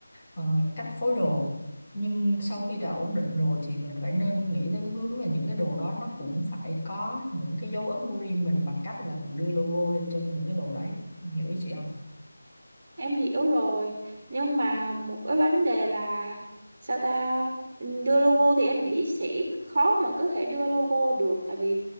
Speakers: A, on the left (about 30°); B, on the right (about 35°).
A: ờ, cách phối đồ nhưng sau khi đã ổn định rồi thì mình phải nên nghĩ tới cái hướng là những cái đồ đó nó cũng phải có những cái dấu ấn của riêng mình bằng cách là mình đưa logo lên trên những cái đồ đấy em hiểu ý chị không
B: em hiểu rồi nhưng mà một cái vấn đề là sao ta đưa logo thì em nghĩ sẽ khó mà có thể đưa logo được tại vì